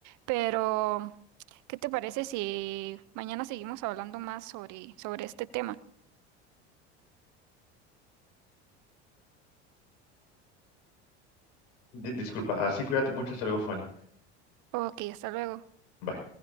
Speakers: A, on the right; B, on the left.
A: Pero, ¿qué te parece si mañana seguimos hablando más sobre, sobre este tema?
B: Di- disculpa, así cuídate mucho. Hasta luego, Fanny.
A: Ok, hasta luego.
B: Bye.